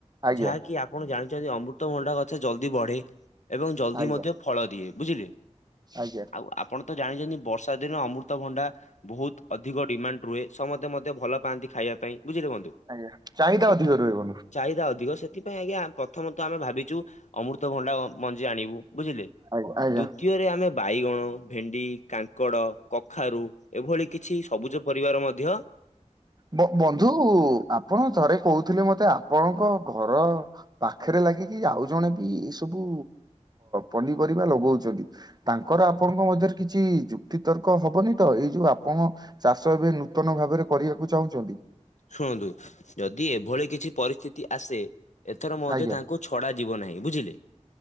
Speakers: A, on the right (about 35°); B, on the left (about 75°).
A: ଆଜ୍ଞା
B: ଯାହାକି ଆପ ଆପଣ ଜାଣିଛନ୍ତି ଅମୃତଭଣ୍ଡା ଗଛ ଜଲ୍ଦି ବଢେ ଏବଂ ଜଲ୍ଦି
A: ଆଜ୍ଞା
B: ମଧ୍ୟ ଫଳ ଦିଏ ବୁଝିଲେ।
A: ଆଜ୍ଞା
B: ଆଉ ଆପଣ ତ ଜାଣିଛନ୍ତି ବର୍ଷା ଦିନ ଅମୃତଭଣ୍ଡା ବହୁତ ଅଧିକ ଡିମାଣ୍ଡ ରୁହେ। ସମସ୍ତେ ମଧ୍ୟ ଭଲ ପାଆନ୍ତି ଖାଇବା ପାଇଁ ବୁଝିଲେ ବନ୍ଧୁ
A: ଆଜ୍ଞା ଚାହିଦା
B: ସେ
A: ଅଧିକ ରୁହେ ବନ୍ଧୁ
B: ଚାହିଦା ଅଧିକ ସେଥିପାଇଁ ଆଜ୍ଞା ପ୍ରଥମତ ଆମେ ଭାବିଚୁ ଅମୃତଭଣ୍ଡା ମଞ୍ଜି ଆଣିବୁ ବୁଝିଲେ।
A: ଆଜ୍ଞା, ଆଜ୍ଞା।
B: ଦୃତୀୟରେ ଆମେ ବାଇଗଣ, ଭେଣ୍ଡି, କାଙ୍କଡ଼, କଖାରୁ, ଏଭଳି କିଛି ସବୁଜ ପରିବାର ମଧ୍ୟ
A: ମୋ ବନ୍ଧୁ ଆପଣ ଥରେ କହୁଥିଲେ ମତେ ଆପଣଙ୍କ ଘର ପାଖରେ ଲାଗିକି ଆଉ ଜଣେ ବି ଏଇ ସବୁ ପନିପରିବା ଲଗଉଛନ୍ତି। ତାଙ୍କର ଆପଣଙ୍କ ମଧ୍ୟରେ କିଛି ଯୁକ୍ତି ତର୍କ ହବନି ତ ଏଇ ଯୋଉ ଆପଣ ଚାଷ ଏବେ ନୂତନ ଭାବରେ କରିବାକୁ ଚାହୁଁଛନ୍ତି।
B: ଶୁଣନ୍ତୁ ଯଦି ଏଭଳି କିଛି ପରିସ୍ଥିତି ଆସେ। ଏଥର ମଧ୍ୟ
A: ଆଜ୍ଞା।
B: ତାଙ୍କୁ ଛଡା ଯିବ ନାହିଁ ବୁଝିଲେ।